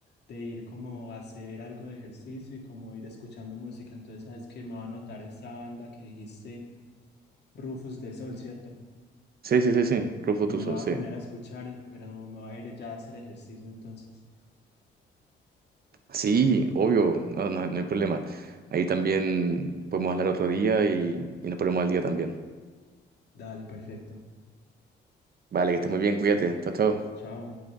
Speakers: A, on the left; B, on the right.
A: de ir como a hacer algo de ejercicio y como ir escuchando música, entonces sabes que me va a notar esa banda que dijiste, Rufus de Sol, ¿cierto?
B: Sí, sí, sí, sí, Club Futuso,
A: Y me la va
B: sí.
A: a poner a escuchar, pero me va a ir ya a hacer ejercicio entonces.
B: Sí, obvio, no, no, no hay problema. Ahí también podemos hablar otro día y, y nos ponemos al día también.
A: Dale, perfecto.
B: Vale, que estés muy bien, cuídate. Chao, chao.
A: Chao.